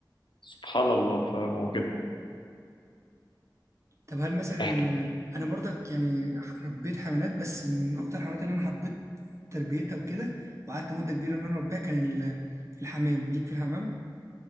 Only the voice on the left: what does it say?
سبحان الله فاهم هو كده
احكي